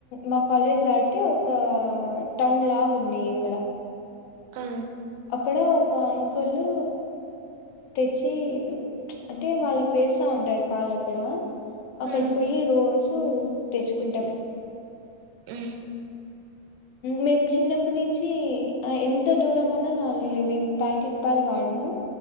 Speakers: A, on the left (about 75°); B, on the right (about 80°).
A: మా కాలేజ్ దటితే ఒక టౌన్ లాగ ఉంది అక్కడ
B: అ
A: అక్కడ ఒక అంకులు తెచ్చి అంటే వాళ్ళకి వేస్తా ఉంటాడు పాలు అక్కడ అక్కడ
B: హ్మ్
A: పోయి రోజు ూ తెచ్చుకుంటాం
B: హు
A: మేము చిన్నప్పటి నుంచి ఎంత దూరం అయినా కాని మేము ప్యాకెట్ పాలు వాడము